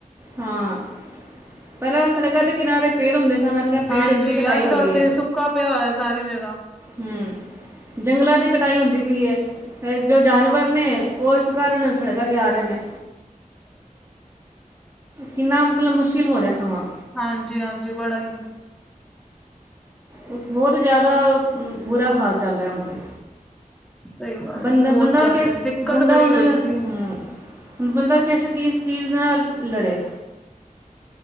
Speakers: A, on the right (about 20°); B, in the centre.
A: ਹਾਂ ਪਹਿਲਾਂ ਸੜਕਾਂ ਦੇ ਕਿਨਾਰੇ ਪੇੜ ਹੁੰਦੇ ਸਨ। ਅੱਜ ਕਲ ਪੇੜ
B: ਹਾਂਜੀ
A: ਦੀ, ਕਟਾਈ
B: ਅੱਜ
A: ਹੋ
B: ਕੱਲ
A: ਗਈ
B: ਤੇ
A: ਏ।
B: ਸੁੱਕਾ ਪਿਆ, ਹੋਇਆ ਸਾਰੀ ਜਗਾ।
A: ਹੂੰ। ਜੰਗਲਾਂ ਦੀ ਕਟਾਈ, ਹੁੰਦੀ ਪਈ ਏ। ਫੇਰ ਜੋ ਜਾਨਵਰ ਨੇ, ਉਹ ਇਸ ਕਾਰਨ ਸੜਕਾਂ ਤੇ ਆ, ਰਹੇ ਨੇ। ਕਿੰਨਾ ਮਤਲਬ, ਮੁਸ਼ਕਿਲ ਹੋ ਰਿਹਾ, ਸਮਾਂ।
B: ਹਾਂਜੀ- ਹਾਂਜੀ, ਬੜਾ ਈ।
A: ਉਹ ਬਹੁਤ ਜਿਆਦਾ, ਬੁਰਾ ਹਾਲ ਚੱਲ, ਰਿਹਾ ਹੁਣ ਤੇ।
B: ਸਹੀ ਗੱਲ
A: ਬੰਦਾ,
B: ਹੈ ਬਹੁਤ
A: ਬੰਦਾ
B: ਜ਼ਿਆਦਾ
A: ਕਿਸ,
B: ਦਿੱਕਤ
A: ਬੰਦਾ
B: ਬੜੀ
A: ਉਹਨੇ।
B: ਹੋਈ ਸੀ
A: ਹੂੰ। ਹੁਣ ਬੰਦਾ, ਕਿਸੇ ਕਿਸ ਚੀਜ਼, ਦੇ ਨਾਲ ਲੜੇ।